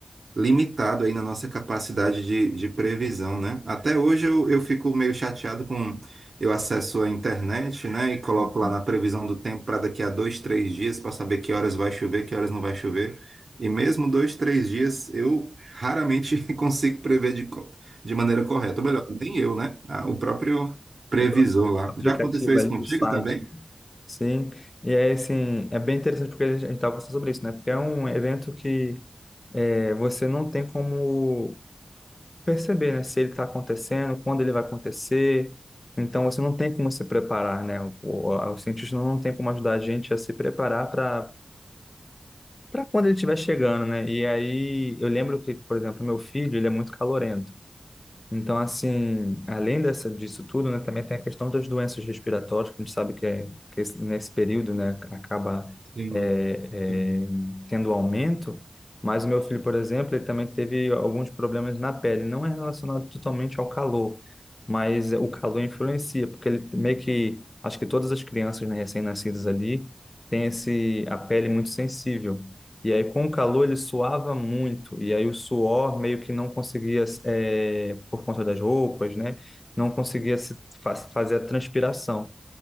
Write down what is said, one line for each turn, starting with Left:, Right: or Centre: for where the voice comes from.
Right: limitado aí na nossa capacidade de, de previsão, né? Até hoje eu, eu fico meio chateado com... Eu acesso a internet, né, e coloco
Left: Uhum.
Right: lá na previsão do tempo para daqui a dois, três dias para saber que horas vai chover, que horas não vai chover. E mesmo dois, três dias, eu raramente <laughs> consigo prever de, co- de maneira correta. Ou melhor, nem eu, né? Ah, o próprio previsor
Left: O próprio
Right: lá.
Left: aplicativo
Right: Já aconteceu isso
Left: ali,
Right: contigo
Left: o site.
Right: também?
Left: Sim, e é assim, é bem interessante porque a gente estava conversando sobre isso, né? Porque é um evento que é, você não tem como perceber, né, se ele está acontecendo, quando ele vai acontecer. Então, você não tem como se preparar, né? O, a- o cientista não tem como ajudar a gente a se preparar para para quando ele estiver chegando, né? E aí, eu lembro que, por exemplo, meu filho, ele é muito calorento. Então, assim, além dessa, disso tudo, né, também tem a questão das doenças respiratórias, que a gente sabe que, é, que esse- nesse período, né, acaba
Right: Sim.
Left: é,
Right: Sim.
Left: é, tendo aumento. Mas o meu filho, por exemplo, ele também teve alguns problemas na pele. Não é relacionado totalmente ao calor, mas o calor influencia, porque ele meio que, acho que todas as crianças, né, recém-nascidas ali, têm esse, a pele muito sensível. E aí, com o calor, ele suava muito. E aí, o suor meio que não conseguia, é, por conta das roupas, né? Não conseguia se fa- fazer a transpiração.